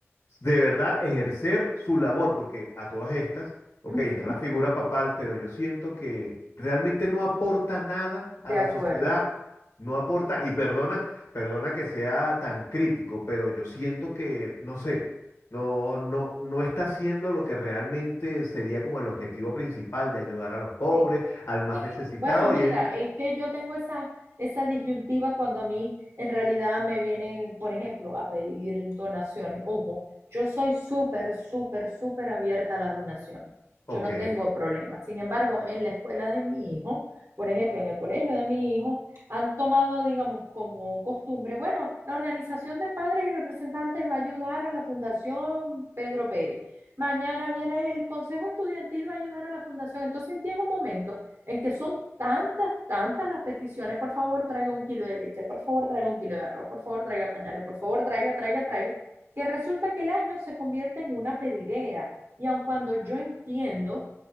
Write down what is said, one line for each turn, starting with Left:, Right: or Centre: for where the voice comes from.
Left: de verdad ejercer su labor, porque a todas estas, ok,
Right: Ujú,
Left: está la figura papal, pero yo siento que realmente no aporta nada
Right: De
Left: a la
Right: acuerdo.
Left: sociedad, no aporta, y perdona, perdona que sea tan crítico, pero yo siento que, no sé. No, no, no está haciendo lo que realmente sería como el objetivo principal de ayudar a los pobres,
Right: Sí.
Left: al más
Right: sí.
Left: necesitado
Right: Bueno, mira,
Left: y es,
Right: es que yo tengo esa, esa disyuntiva cuando a mí en realidad me vienen, por ejemplo, a pedir donaciones. Ojo, yo soy súper, súper, súper abierta a las donaciones.
Left: ok,
Right: Yo no tengo problema. Sin embargo, en la escuela de mi hijo, por ejemplo, en el colegio de mi hijo, han tomado, digamos, como costumbre, bueno, la organización de padres y representantes va a ayudar a la Fundación Pedro Pérez. Mañana viene el consejo estudiantil, va a ayudar a la fundación. Entonces llega un momento en que son tantas, tantas las peticiones. Por favor, traiga un kilo de leche, por favor, traiga un kilo de arroz, por favor, traiga pañales, por favor, traiga, traiga, traiga, que resulta que el año se convierte en una pedidera. Y aun cuando yo entiendo